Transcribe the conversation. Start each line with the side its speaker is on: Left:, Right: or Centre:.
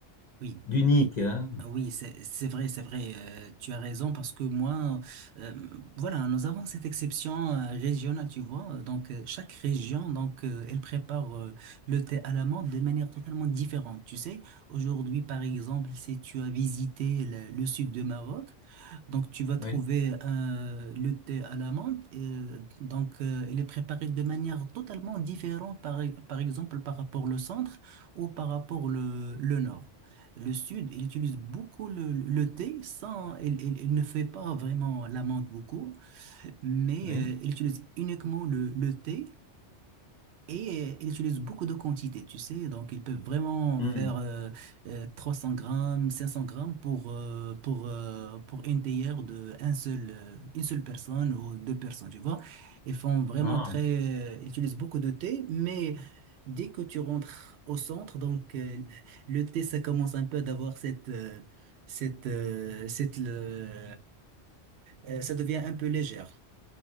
Right: Oui,
Left: d'unique,
Right: oui.
Left: hein.
Right: Ah Oui, c'est c'est vrai, c'est vrai, euh, tu as raison parce que moi, euh, voilà, nous avons cette exception euh, régionale, tu vois. Donc, euh, chaque région, donc, euh, elle prépare euh, le thé à la menthe de manière totalement différente. Tu sais, aujourd'hui, par exemple, si tu as visité le, le sud du Maroc, donc tu vas trouver
Left: Oui,
Right: euh, le thé à la menthe. euh, donc, euh, il est préparé de manière totalement différente, par, par exemple, par rapport au centre ou par rapport le, le nord. Le Sud, il utilise beaucoup le, le thé, sans, il, il- il ne fait pas vraiment l'amande beaucoup, mais
Left: oui.
Right: euh, il utilise uniquement le, le thé. Et euh, ils utilisent beaucoup de quantités, tu sais, donc ils peuvent vraiment
Left: Hmm.
Right: faire euh, euh, 300 grammes, 500 grammes pour, euh, pour, euh, pour une théière de un seul, euh, une seule personne ou deux personnes, tu vois. Ils font vraiment
Left: Ah.
Right: très, euh, ils utilisent beaucoup de thé, mais dès que tu rentres au centre, donc euh, le thé, ça commence un peu d'avoir cette, euh, cette, euh, cette, le- euh, ça devient un peu légère.